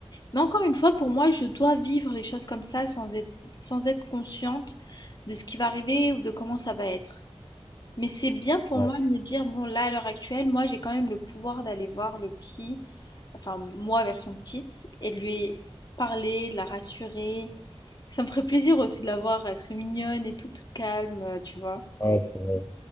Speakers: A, on the left (about 40°); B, on the left (about 25°).
A: Mais encore une fois, pour moi, je dois vivre les choses comme ça sans être, sans être consciente de ce qui va arriver ou de comment ça va être. Mais c'est bien pour
B: Ouais,
A: moi de me dire, bon, là, à l'heure actuelle, moi, j'ai quand même le pouvoir d'aller voir le petit, enfin, moi, version petite, et de lui parler, de la rassurer. Ça me ferait plaisir aussi de la voir, elle serait mignonne et tout, toute calme, euh, tu vois.
B: ouais, c'est vrai.